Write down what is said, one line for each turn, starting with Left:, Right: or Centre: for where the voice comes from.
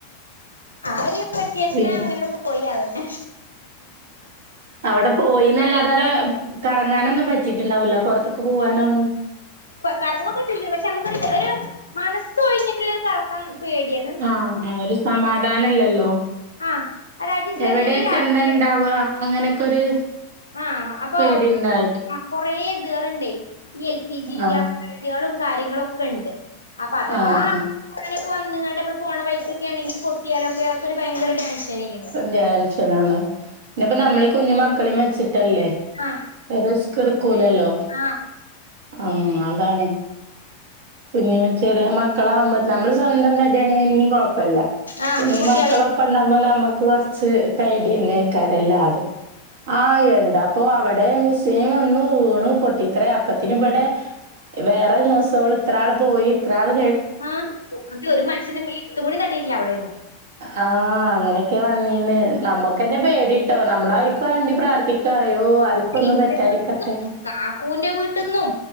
Left: ആ ഒരു വെക്കേഷന്
Right: പിന്നെ
Left: അങ്ങന പോയിതന്നെ
Right: അവിടെ പോയിന്നല്ല അടെ കറങ്ങാനൊന്നും പറ്റിട്ടുണ്ടാവില്ല, പുറത്തേക്ക് പോവാനൊന്നും?
Left: കറങ്ങൊക്കെ ചെയ്‌ക്കണ് പക്ഷെ നമുക്ക ഒരു മനസ്സ് ഒഴിഞ്ഞിട്ടുള്ള ഒരു കറക്കം പേടിയിനി
Right: ആഹ, ആ ഒരു സമാധാനല്ലല്ലോ?
Left: ആഹ് ഒരാദ്യം ചെറിയൊരാ
Right: എവിടെ വെച്ചെന്താ ഇണ്ടാവ അങ്ങനെയൊക്കെ ഒരു
Left: ആഹ് അപ്പൊ
Right: പേടി ഉണ്ടായിട്ട്
Left: ആ, കൊറെ ഇതുകളുണ്ടേ ഈ എൽ പി ജി
Right: ആഹ്.
Left: ഗ്യാസ് ഇതകളും കാര്യങ്ങളൊക്കെണ്ട്. അപ്പൊ അഥവാ
Right: ആഹ് ആഹ്.
Left: അങ്ങനൊക്കെ വന്നങ്ങാണ്ട് നമ്മൾ പോണ വൈകൊലൊക്കെ പൊട്ടിയാലോക്കെ നമ്മക്ക് ബയങ്കര ടെൻഷനായിനി
Right: ടെൻഷനാണ് ഇന്നപ്പ നമ്മളീ കുഞ്ഞു മക്കളിം വെച്ചിട്ടല്ലേ?
Left: ആഹ്
Right: റിസ്ക് എടുക്കൂലല്ലോ
Left: ആഹ്
Right: ആ അതാണ് കുഞ്ഞു ചെറിയ മക്കളാവുമ്പ നമ്മള് സ്വന്തം തടിയാണെങ്കിൽ ഇനിയും കൊഴപ്പല്ല
Left: ആഹ്
Right: കുഞ്ഞു
Left: കുട്ടികളെ
Right: മക്കളൊപ്പം ഉണ്ടാവുമ്പോ നമുക്ക് കുറച്ച് പേടിയന്നേക്കാരം എല്ലതും ആ എന്താ അപ്പൊ അവിടെ മിസ്സൈൻ വന്നു വീണു പൊട്ടി ത്രെ അപ്പത്തിന് ഇവിടെ വേറെ ദിവസോള് എത്രാള് പോയിത്രാള്
Left: ആഹ ഒരു മനുഷ്യന്റെ മേത്തും കൂടി തട്ടീട്ടില്ല അവിടെന്നു
Right: ആഹ അങ്ങനെ ക്കെ വന്നീന്നെ നമ്മുക്കന്നെ പേടിട്ടോ നമ്മൾ അവർക്ക് വേണ്ടി പ്രാർത്ഥിക്കായോ ആർ ക്കൊന്നും
Left: എന്റെ
Right: പറ്റായിരിക്കട്ടെ
Left: വീട്ടിന്നും കാക്കൂന്റെ വീട്ടിൽന്നും